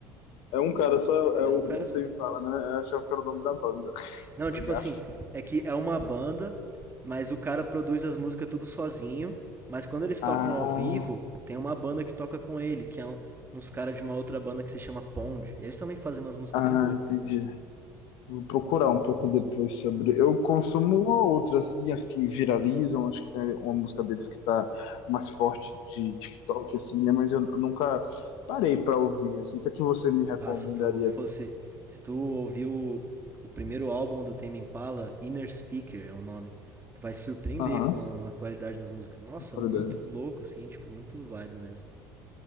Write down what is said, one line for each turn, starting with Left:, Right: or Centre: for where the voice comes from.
Left: É um cara só, é
Right: é
Left: o
Right: um cara
Left: o
Right: só.
Left: Tame Impala, né? Eu achava que era o nome da banda.
Right: Não,
Left: <laughs>
Right: tipo
Left: Gafe.
Right: assim, é que é uma banda, mas o cara produz as músicas tudo sozinho, mas quando eles tocam
Left: Ah,
Right: ao vivo, tem uma banda que toca com ele, que é um- uns caras de uma outra banda que se chama Pond. Eles também fazem umas músicas
Left: ah,
Right: bem boas.
Left: entendi. Vou procurar um pouco depois sobre. Eu consumo uma ou outra, assim, as que viralizam. Acho que tem uma música deles que tá mais forte de TikTok, assim, né? Mas eu nunca parei pra ouvir, assim. O que é que você me recomendaria
Right: Ah, se tu fosse,
Left: dele?
Right: se tu ouviu o, o primeiro álbum do Tame Impala, Inner Speaker é o nome, tu vai se surpreender
Left: Aham,
Right: com a qualidade das músicas. Nossa,
Left: uhum.
Right: muito louco assim, tipo, muito vibe mesmo.